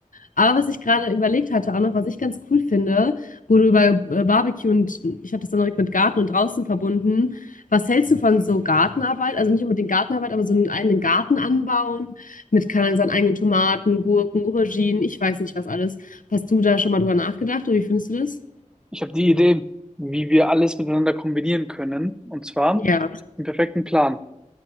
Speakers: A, on the left (about 80°); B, in the centre.
A: Aber was ich gerade überlegt hatte, auch noch, was ich ganz cool finde, wo du über äh, Barbecue und ich habe das dann direkt mit Garten und draußen verbunden. Was hältst du von so Gartenarbeit? Also nicht unbedingt Gartenarbeit, aber so einen eigenen Garten anbauen mit, keine Ahnung, seinen eigenen Tomaten, Gurken, Auberginen, ich weiß nicht was alles. Hast du da schon mal drüber nachgedacht oder wie findest du das?
B: Ich habe die Idee, wie wir alles miteinander kombinieren können. Und zwar
A: Ja,
B: einen perfekten Plan.